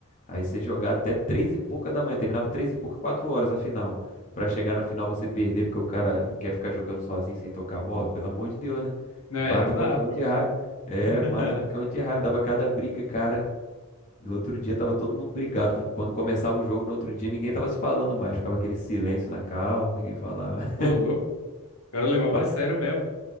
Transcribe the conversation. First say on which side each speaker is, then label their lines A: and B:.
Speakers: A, on the left; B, on the left.
A: Aí você jogar até 3 e pouca da manhã. Terminava 3 e pouca, 4 horas a final. Pra chegar na final você perder, porque o cara quer ficar jogando sozinho sem tocar a bola. Pelo amor de Deus, né?
B: Não,
A: Mata
B: é, não dá,
A: qualquer
B: pô.
A: um de raiva. É,
B: <laughs>
A: mata qualquer um de raiva. Dava cada briga, cara. No outro dia tava todo mundo brigado. Quando começava o jogo, no outro dia ninguém tava se falando mais. Ficava aquele silêncio na cal, ninguém falava. <laughs>
B: Ô, louco. O cara levava
A: Mas
B: a sério mesmo.